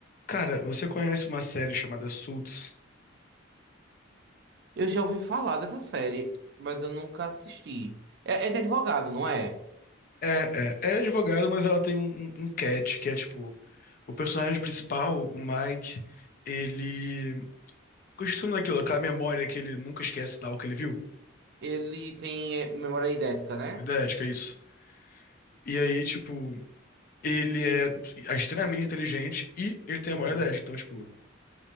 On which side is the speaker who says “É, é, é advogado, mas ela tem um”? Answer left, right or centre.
Left